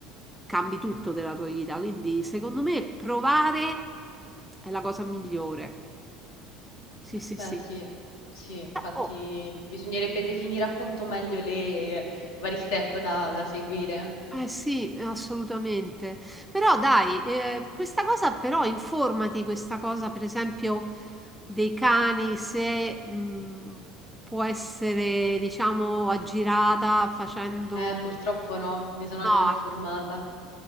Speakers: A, in the centre; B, on the left (about 75°).
A: cambi tutto della tua vita. Quindi, secondo me, provare è la cosa migliore. Sì, sì,
B: Beh
A: sì.
B: sì, sì, infatti
A: Oh,
B: bisognerebbe definire appunto meglio le- i vari step da da seguire.
A: Eh sì, assolutamente. Però dai, eh, questa cosa però informati, questa cosa per esempio dei cani, se mh, può essere diciamo aggirata facendo...
B: Eh, purtroppo no, mi sono
A: No,
B: già informata.